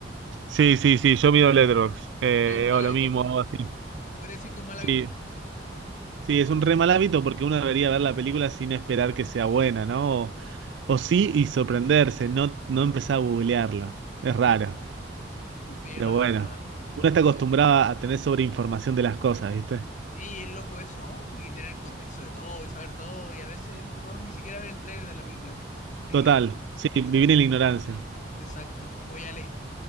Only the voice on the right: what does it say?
sí, sí, sí, yo miro Letterboxd, eh,
o
lo mismo, algo así.
Sí,
sí, es un re mal hábito porque uno debería ver la película sin esperar que sea buena, ¿no? O, o sí y sorprenderse, no, no empezar a googlearla. Es raro,
pero
bueno.
Uno está
acostumbrado a tener sobreinformación de las cosas, ¿viste?
Total,
sí, vivir
en la ignorancia.